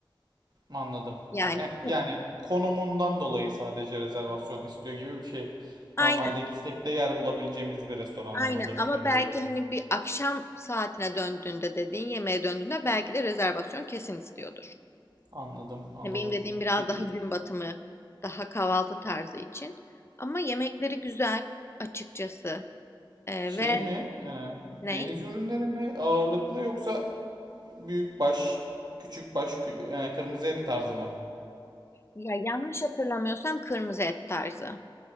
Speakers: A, on the right; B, on the left.
A: anladım
B: Yani
A: ha, e,
B: tabii.
A: yani konumundan dolayı sadece rezervasyon istiyor gibi bir şey
B: aynen
A: normalde gitsek de yer bulabileceğimiz bir restoran
B: aynen
A: anladığım
B: ama
A: kadarıyla
B: belki hani bir akşam saatine döndüğünde dediğin yemeğe döndüğünde belki de rezervasyon kesin istiyordur.
A: anladım anladım
B: Yani benim dediğim biraz
A: peki
B: daha gün batımı, daha kahvaltı tarzı için. Ama yemekleri güzel açıkçası. Ee,
A: şey
B: ve
A: mi e, deniz
B: ne?
A: ürünleri mi ağırlıklı yoksa büyük baş küçük baş kü- e, kırmızı et tarzı mı?
B: Ya yanlış hatırlamıyorsam kırmızı et tarzı.